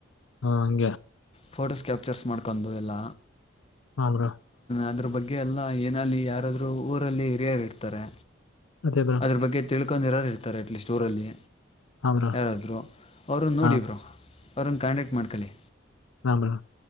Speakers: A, on the left; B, on the left.
A: ಹಾ ಹಂಗೆ
B: ಫೋಟೋಸ್ ಕ್ಯಾಪ್ಚರ್ಸ್ ಮಾಡ್ಕೊಂಡು ಎಲ್ಲ
A: ಹಾ ಬ್ರೋ
B: ಅದ್ರ ಬಗ್ಗೆ ಹಾಗಗೆ ಅಲ್ಲ ಏನಲ್ಲಿ ಯಾರಾದ್ರು ಊರಲ್ಲಿ ಹಿರಿಯರು ಇರ್ತಾರೆ
A: ಅದೇ ಬ್ರೋ
B: ಅದ್ರ ಬಗ್ಗೆ ತಿಳ್ಕೊಂಡಿರೋರು ಇರ್ತಾರೆ ಅಟ್ಲೀಸ್ಟ್ ಊರಲ್ಲಿ
A: ಹಾ ಬ್ರೋ
B: ಯಾರಾದರು ಅವರುನ್ನ ನೋಡಿ
A: ಹಾ
B: ಬರು ಅವ್ರನ್ನ ಕಾಂಟ್ಯಾಕ್ಟ್ ಮಾಡ್ಕೊಳ್ಳಿ
A: ಹಾ ಬ್ರೋ